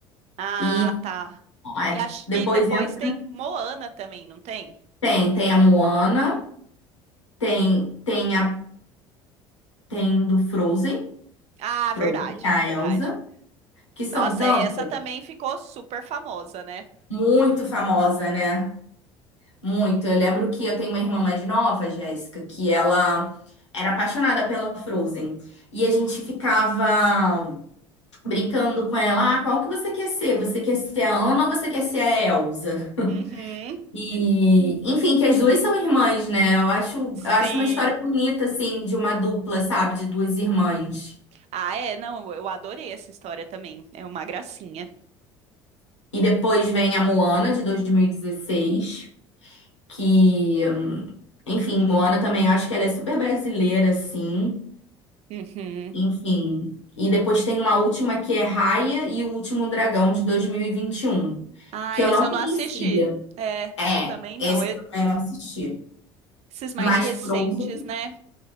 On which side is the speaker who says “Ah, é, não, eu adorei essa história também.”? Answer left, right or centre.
Right